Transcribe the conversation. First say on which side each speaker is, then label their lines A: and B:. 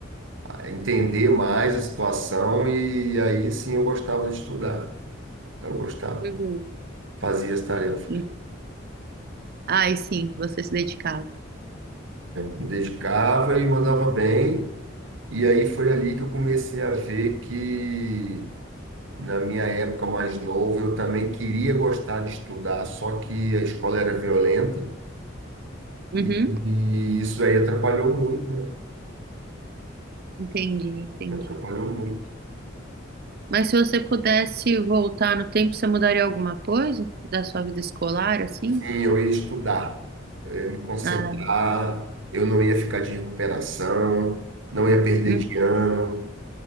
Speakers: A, on the right; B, on the right.
A: entender mais a situação e aí sim eu gostava de estudar. Eu gostava,
B: Uhum.
A: fazia as tarefas,
B: E- Ai, sim, você se dedicava.
A: me dedicava e mandava bem. E aí foi ali que eu comecei a ver que, na minha época mais novo, eu também queria gostar de estudar, só que a escola era violenta
B: Uhum,
A: e, e isso aí atrapalhou muito, né?
B: entendi, entendi.
A: Me atrapalhou muito.
B: Mas se você pudesse voltar no tempo, você mudaria alguma coisa da sua vida escolar, assim?
A: Sim, eu ia estudar, eu ia me concentrar,
B: Ah,
A: eu não ia ficar de recuperação, não ia perder
B: Hum,
A: de ano,